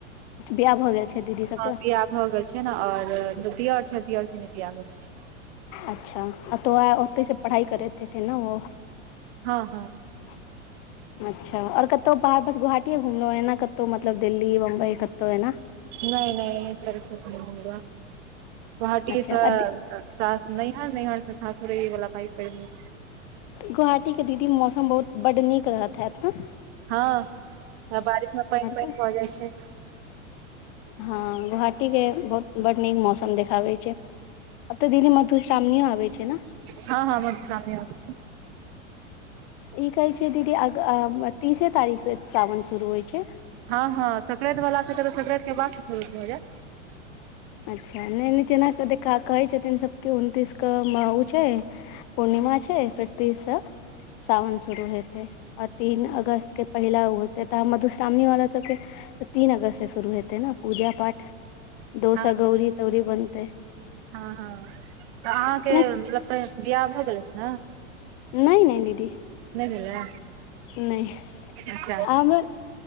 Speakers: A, on the left; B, on the right.
A: बियाह भऽ गेल छै दीदी सबके?
B: हँ बियाह भऽ गेल छै ने आओर दियर छैथ दियर के नै बियाह भेल छै।
A: अच्छा आ त ओ आ ओतै से पढ़ाइ करैत हेथिन ने ओ
B: हँ हँ।
A: ह अच्छा और कतौ बाहर बस गोवाहाटीये घुमलौए ने कतौ मतलब दिल्ली बम्बई कतौ एना।
B: नै नै एहन तरफ कतौ नै घुमलौए गोवाहाटी
A: अच्छा
B: स
A: आ
B: सास नैहर नइहर स सासुर इ बला पाइठ पढ़ि नेने छी।
A: गोवाहाटी के दीदी मौसम बहुत बड्ड नीक रहत हैत न।
B: हँ बारिश में पानि - पानि
A: के
B: भऽ जाइ छै।
A: हँ गोहाटी के बहुत बड नीक मौसम देख खाबै छै आब तऽ दीदी मधुश्रावणियो आबै छै ने।
B: हँ हँ मधुश्रावणियो अबैछै।
A: इ कहै छियै दीदी अग-आ- तीसे तारीख से सावन शुरू होइ छै।
B: हँ हँ सकरांति बला सबके त सकरांति के बाद स शुरू भऽ जायत।
A: अच्छा नै नीचे एना क क देखा क कहै छथिन सबके उनतीस क‌ऽ म उ छै पूर्णिमा छै फेर तीस से सावन शुरू हेतै आ तीन अगस्त के पहिला ओ हेतै तऽ मधुश्रावणी वाला सबके त तीन अगस्त से शुरू हेतै ने पूजा पाठ दो
B: हँ
A: स गौरी- तौरी बनतै।
B: हँ हँ तऽ अहाँके
A: एना
B: लगतइ बियाह भऽ गेल अइछ ने?
A: नै नै दीदी।
B: नै भेलए
A: नहि
B: अच्छा।
A: हमर